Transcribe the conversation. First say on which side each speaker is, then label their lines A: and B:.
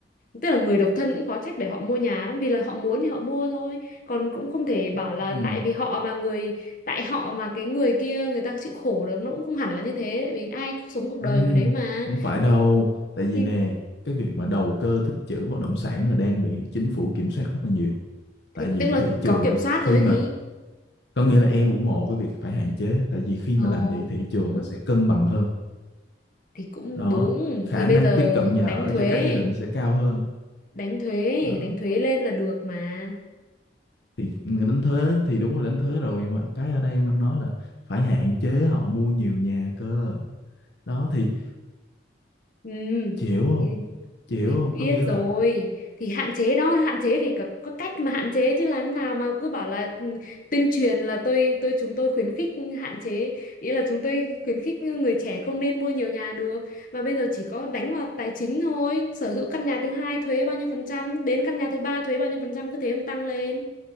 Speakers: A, on the left (about 45°); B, on the left (about 65°).
A: tức là người độc thân cũng khó trách để họ mua nhà lắm vì là họ muốn thì họ mua thôi còn cũng không thể bảo là
B: ừm,
A: tại vì họ mà người tại họ mà cái người kia người ta chịu khổ được nó cũng không hẳn là như thế tại vì ai cũng sống cuộc đời
B: ừm,
A: người đấy mà
B: không phải đâu tại vì
A: thì,
B: nè cái việc mà đầu cơ tích trữ bất động sản là đang bị chính phủ kiểm soát rất là nhiều
A: thì
B: tại vì
A: tức là
B: thị trường
A: có kiểm soát rồi
B: khi mà
A: gì
B: có nghĩa là em ủng hộ cái việc phải hạn chế tại vì khi
A: Ồ,
B: mà làm vậy thị trường
A: ừ,
B: nó sẽ cân bằng hơn
A: thì cũng
B: đó
A: đúng.
B: khả
A: Thì bây
B: năng
A: giờ
B: tiếp cận nhà
A: đánh
B: ở
A: thuế.
B: cho các gia đình nó sẽ cao hơn
A: đánh thuế
B: đó
A: đánh thuế lên là được mà
B: thì đánh thuế thì đúng là đánh thuế rồi nhưng mà cái ở đây em đang nói là phải hạn chế họ mua nhiều nhà cơ đó thì
A: ừ
B: chị hiểu không
A: thì,
B: chị hiểu
A: thì
B: không
A: biết
B: có nghĩa là
A: rồi thì hạn chế đó hạn chế vì có, có cách mà hạn chế chứ làm thế nào mà cứ bảo là ừ, tuyên truyền là tôi tôi chúng tôi khuyến khích hạn chế ý là chúng tôi khuyến khích người trẻ không nên mua nhiều nhà được mà bây giờ chỉ có đánh vào tài chính thôi sở hữu căn nhà thứ hai thuế bao nhiêu phần trăm đến căn nhà thứ ba thuế bao nhiêu phần trăm cứ thế mà tăng lên